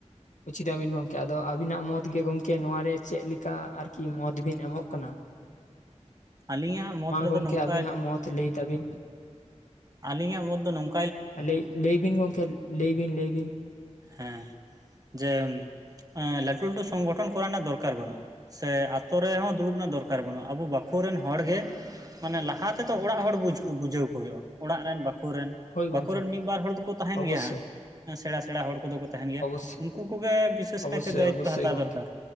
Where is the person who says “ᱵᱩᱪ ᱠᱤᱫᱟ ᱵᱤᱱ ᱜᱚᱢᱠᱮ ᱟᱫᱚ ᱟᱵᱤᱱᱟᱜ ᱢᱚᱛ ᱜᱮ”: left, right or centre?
Left